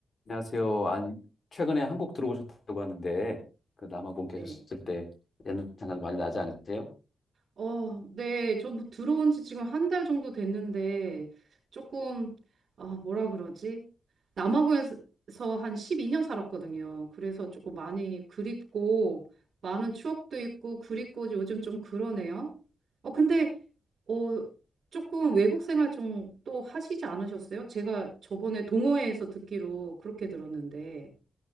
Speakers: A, on the left (about 40°); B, on the right (about 60°).
A: 안녕하세요. 아니, 최근에 한국 들어오셨다고 하는데, 그 남아공 계셨을
B: 네.
A: 때 옛날 생각 많이 나지 않으세요?
B: 어, 네. 저뭐 들어온 지 지금 한 달 정도 됐는데 조금 아, 뭐라 그러지? 남아공에서 한 12년 살았거든요. 그래서 조금 많이 그립고 많은 추억도 있고 그립고 요즘 좀 그러네요. 어, 근데 어, 조금 외국 생활 좀 또 하시지 않으셨어요? 제가 저번에 동호회에서 듣기로 그렇게 들었는데.